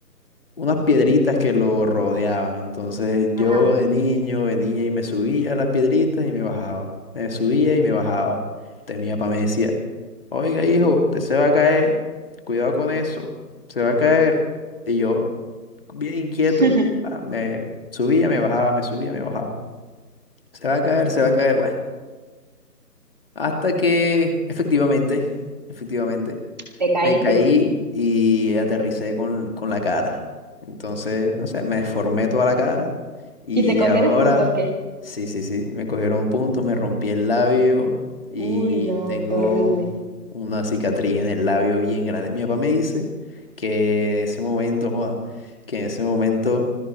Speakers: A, on the left (about 35°); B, on the right (about 25°).
A: unas piedritas que lo rodeaban. Entonces yo
B: Ajá,
A: de niño venía y me subía a las piedritas y me bajaba. Me subía y me bajaba. Entonces mi papá me decía, oiga hijo, usted se va a caer, cuidado con eso, se va a caer. Y yo, bien inquieto,
B: <laughs>
A: ah, me subía, me bajaba, me subía, me bajaba. Se va a caer, se va a caer. Bueno, hasta que efectivamente, efectivamente.
B: te caíste.
A: Me caí y aterricé con, con la cara. Entonces, no sé, me deformé toda la cara. Y
B: ¿Y te cogieron
A: ahora,
B: punto qué?
A: sí, sí, sí, me cogieron puntos, me rompí el labio y
B: Uy, no,
A: tengo
B: qué horrible.
A: una cicatriz en el labio bien grande. Mi papá me dice que en ese momento, joa, que en ese momento